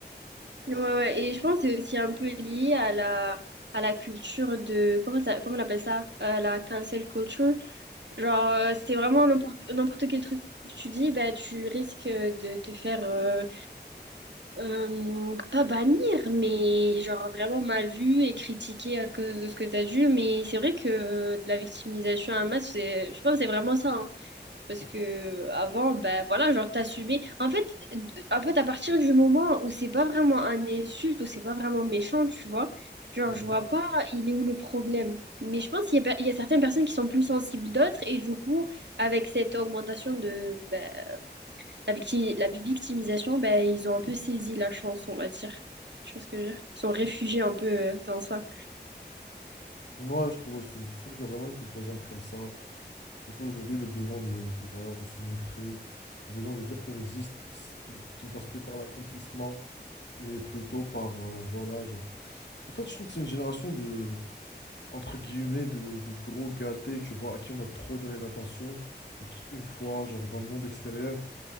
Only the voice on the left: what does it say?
Ouais.
Moi, je trouve aussi. Je trouve qu'il y a vraiment une composante comme ça. Surtout aujourd'hui, le besoin de, de, voilà, de se montrer, le besoin de dire qu'on existe, s- donc, qui ne passe plus par l'accomplissement, mais plutôt par, euh, voilà, genre. En fait, je trouve que c'est une génération de, entre guillemets, de, de gros gâtés, tu vois, à qui on a trop donné d'attention et qui, une fois, genre, dans le monde extérieur,